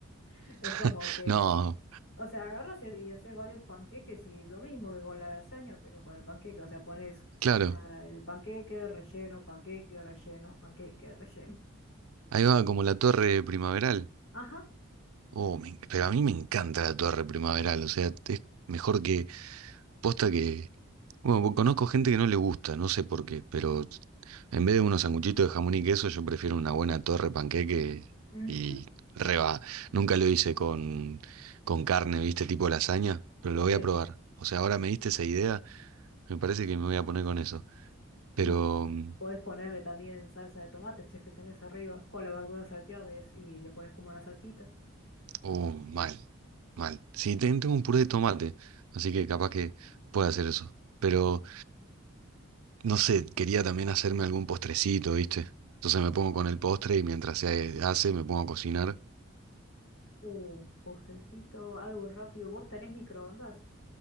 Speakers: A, on the left; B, on the right.
A: <laughs> es como
B: <laughs>
A: que
B: No,
A: O sea, agarras y y haces varios panqueques y lo mismo que con la lasaña, pero con el panqueque. O sea, pones
B: claro,
A: la- el panqueque, relleno, panqueque, relleno, panqueque, relleno. <laughs>
B: ahí va como la torre primaveral.
A: Ajá,
B: Oh, me en- pero a mí me encanta la torre primaveral, o sea, es mejor Posta que, bueno, po- conozco gente que no le gusta, no sé por qué, pero en vez de unos sanguchitos de jamón y queso, yo prefiero una buena torre panqueque
A: Mm.
B: y reba. Nunca lo hice con, con carne, viste, tipo lasaña, pero lo voy
A: sí.
B: a probar. O sea, ahora me diste esa idea, me parece que me voy a poner con eso.
A: Y
B: Pero, mm,
A: podés ponerle también salsa de tomate, si es que tenés arriba, con la verdura salteada y así y le pones como una salsita.
B: uh, mal, mal. Sí, ten- tengo un puré de tomate, así que capaz que pueda hacer eso. Pero no sé, quería también hacerme algún postrecito, ¿viste? Entonces me pongo con el postre y mientras se hace me pongo a cocinar.
A: Uh, postrecito, algo rápido. ¿Vos tenés microondas?